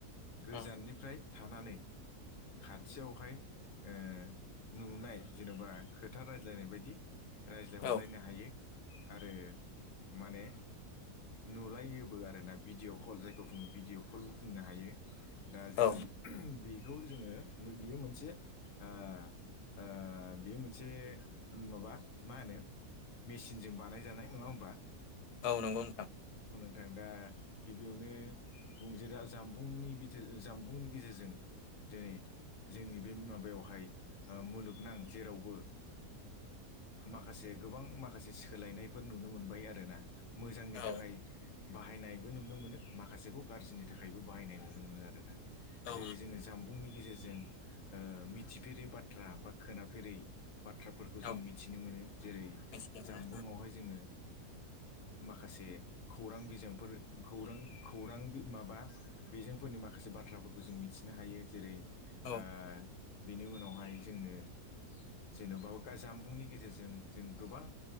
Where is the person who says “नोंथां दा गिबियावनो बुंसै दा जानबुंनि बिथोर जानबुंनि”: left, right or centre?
Left